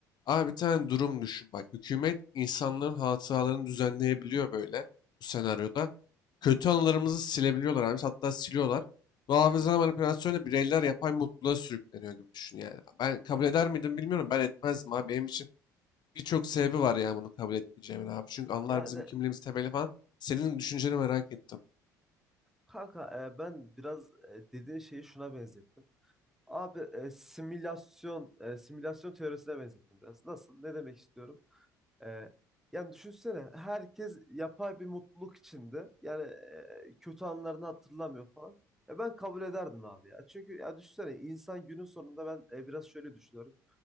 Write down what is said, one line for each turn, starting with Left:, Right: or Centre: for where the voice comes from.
Left: Abi bir tane durum düşün bak. Hükümet insanların hatalarını düzenleyebiliyor böyle bu senaryoda. Kötü anılarımızı silebiliyorlar abi. Hatta siliyorlar. Bu hafıza manipülasyonu bireyler yapay mutluluğa sürükleniyor gibi düşün yani. Ben kabul eder miydim bilmiyorum. Ben etmezdim abi. Benim için birçok sebebi var yani bunu kabul etmeyeceğimin abi. Çünkü anılar
Centre: Yani
Left: bizim kimliğimiz temeli falan. Senin düşünceni merak ettim.
Centre: kanka e, ben biraz e, dediğin şeyi şuna benzettim. Abi e, simülasyon e, simülasyon teorisine benzettim biraz. Nasıl? Ne demek istiyorum? E, yani düşünsene herkes yapay bir mutluluk içinde. Yani e, kötü anlarını hatırlamıyor falan. E, ben kabul ederdim abi ya. Çünkü ya düşünsene insan günün sonunda ben e, biraz şöyle düşünüyorum.